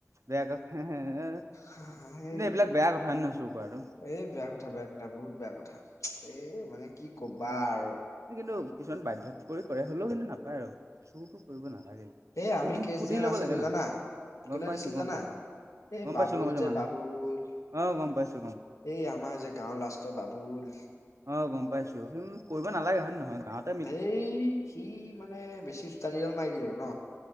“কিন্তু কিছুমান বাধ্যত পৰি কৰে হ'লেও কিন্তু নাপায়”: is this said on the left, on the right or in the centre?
Right